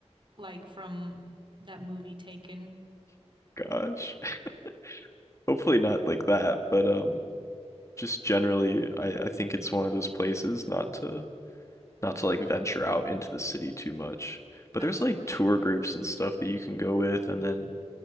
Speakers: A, on the right; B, on the left.
A: like from that movie Taken.
B: Gosh. <laughs> Hopefully not like that, but um just generally I I think it's one of those places not to not to like venture out into the city too much. But
A: That's
B: there's like
A: true.
B: tour groups and stuff that you can go with and then,